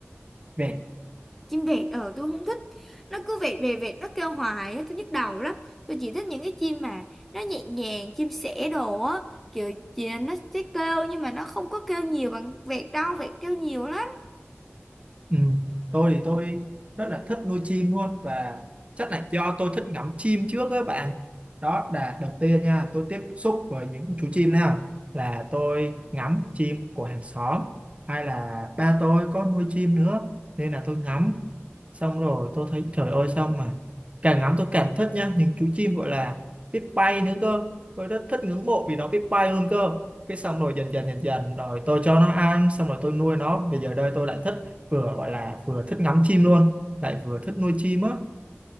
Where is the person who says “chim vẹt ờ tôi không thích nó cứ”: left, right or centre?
Centre